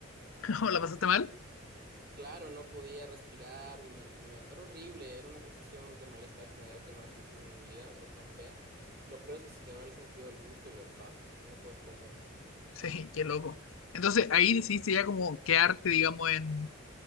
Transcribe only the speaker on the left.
<laughs> ¿O la pasaste mal?
Sí, qué loco. Entonces ahí decidiste ya como quedarte, digamos, en,